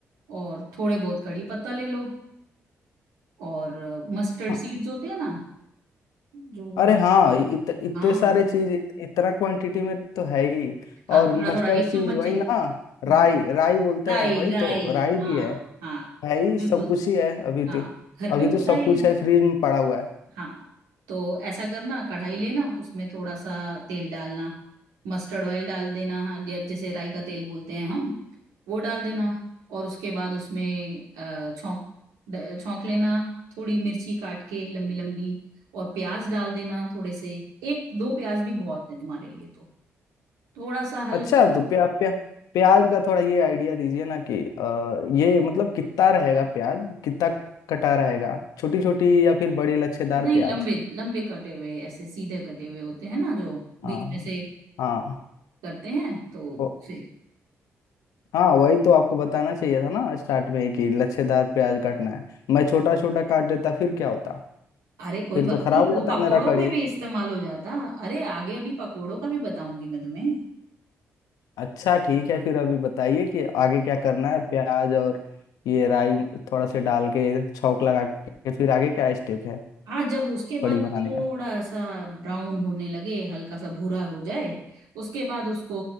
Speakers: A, on the right; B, on the left.
A: और थोड़े बहुत कड़ी पत्ता ले लो और मस्टर्ड
B: हाँ
A: सीड्स होते हैं ना जो
B: अरे हाँ इत, इतने
A: हाँ
B: सारे चीज इत, इतना क्वांटिटी में तो है ही
A: हाँ
B: और
A: थोड़ा
B: मस्टर्ड
A: थोड़ा एक
B: सीज
A: चम्मच
B: वही
A: चाहिए
B: ना
A: होगा।
B: राई
A: हम्म
B: राई बोलते
A: राई
B: हैं वही
A: राई
B: तो राई भी
A: हाँ
B: है
A: हाँ
B: है ही
A: बिल्कुल
B: सब कुछ ही है अभी
A: हाँ
B: तो
A: घर
B: अभी
A: पे
B: तो
A: होता
B: सब
A: है
B: कुछ
A: ये।
B: है फ्रिज में पड़ा हुआ है
A: हाँ तो ऐसा करना कढ़ाई लेना उसमें थोड़ा सा तेल डालना मस्टर्ड ऑयल डाल देना हाँ जै- जैसे राई का तेल बोलते हैं हम वो डाल देना और उसके बाद उसमें अ, छौंक ड- छौंक लेना थोड़ी मिर्ची काट के लंबी लंबी और प्याज डाल देना थोड़े से एक दो प्याज भी बहुत है तुम्हारे लिए तो थोड़ा सा हल्का
B: अच्छा तो प्या, प्या, प्याज का थोड़ा ये आइडिया दीजिए ना कि अ, ये मतलब कितना रहेगा प्याज कितना कटा रहेगा छोटी छोटी या फिर बड़ी लच्छेदार
A: नहीं
B: प्याज
A: लंबे लंबे कटे हुए ऐसे सीधे कटे हुए होते हैं ना जो
B: हाँ
A: बीच में से
B: हाँ
A: करते हैं तो
B: ओ-
A: उसे
B: हाँ वही तो आपको बताना चाहिए था ना स्टार्ट में ही कि लच्छेदार प्याज काटना है मैं छोटा छोटा काट देता फिर क्या होता
A: अरे कोई
B: फिर
A: बात
B: तो खराब
A: नहीं
B: हो जाता
A: वो पकोड़ों
B: मेरा कड़ी
A: में भी इस्तेमाल हो जाता अरे आगे अभी पकोड़ों का भी बताऊंगी मैं तुम्हें
B: अच्छा ठीक है फिर अभी बताइए कि आगे क्या करना है प्याज और ये राई थोड़ा से डाल के छौंक लगा के फिर आगे क्या स्टेप है
A: हाँ जब उसके बाद
B: कड़ी
A: वो
B: बनाने
A: थोड़ा
B: का
A: सा ब्राउन होने लगे हल्का सा भूरा हो जाए उसके बाद उसको